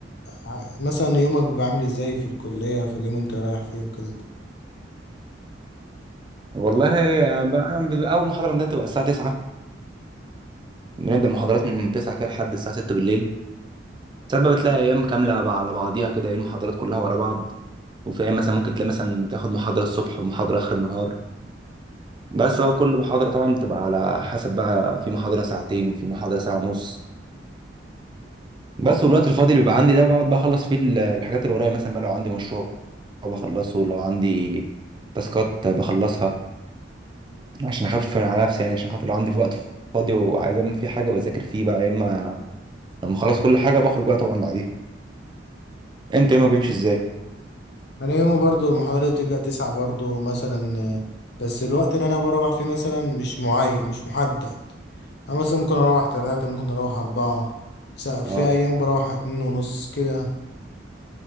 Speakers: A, on the left; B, on the right.
A: ع- مثلا يومك بيبقى عامل ازاي في الكلية في اليوم انت رايح فيه وكده
B: والله هي بقى- بيبقى اول محاضره عندنا بتبقى الساعه 9 بنبدا محاضرات من 9 كده لحد الساعه 6 بالليل ساعات بقى بتلاقي ايام كامله على بعضيها كده ايه المحاضرات كلها ورا بعض وفي ايام مثلا ممكن تلاقي مثلا تاخد محاضره الصبح ومحاضره اخر النهار بس هو كل محاضره طبعا بتبقى على حسب بقى في محاضره ساعتين في محاضره ساعه ونص بس والوقت الفاضي اللي بيبقى عندي ده بقعد بقى اخلص فيه ال- الحاجات اللي ورايا مثلا بقى لو عندي مشروع بخلصه لو عندي تاسكات بخلصها عشان اخفف على نفسي يعني عشان خاطر لو عندي في وقت فاضي وعايز اعمل فيه حاجه بذاكر فيه بقى يا اما لما اخلص كل حاجه بخرج بقى طبعا بعديها انت يومك بيمشي ازاي
A: أنا يومي برضو المحاضرات بتبدأ تسعة برضو مثلا آه، بس الوقت اللي أنا بروح فيه مثلا مش معين مش محدد أنا مثلا ممكن أروح تلاتة ممكن أروح أربعة س- في
B: اه
A: أيام بروح اتنين ونص كده